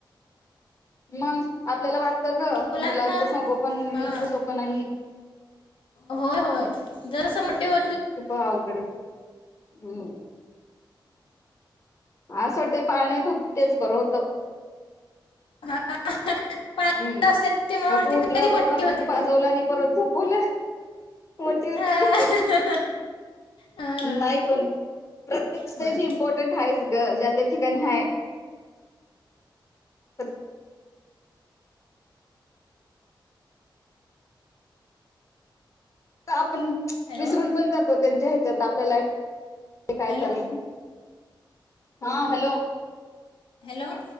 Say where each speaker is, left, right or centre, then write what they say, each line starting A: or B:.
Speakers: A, on the left (about 35°); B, on the left (about 90°).
A: मग आपल्याला वाटतं ग
B: मुलांना
A: मुलांचं संगोपण हे
B: हां
A: इतकं सोपं नाहीये.
B: होय होय जरस मोठी हो
A: खूप आवघड हे हम्म अस वाटतय पाळण्यात होती तेच बरं होतं.
B: हां पाळत
A: हम्
B: असतात तेव्हा
A: गप
B: वाटते
A: उठलं
B: कधी
A: बाबा
B: मोठे होतील
A: दूध पाजवल आणि परत झोपवल. मोठी होतील,
B: हां हां
A: नाही पण प्रत्येक स्टेज
B: होय
A: इम्पॉर्टंट आहेच ग ज्या त्या ठिकाणी आहे. पण आपण
B: हॅलो
A: विसरून पण जातो त्यांच्या ह्याच्यात आपल्या लाईफ काय
B: हॅलो
A: चाललय, हा हॅलो
B: हॅलो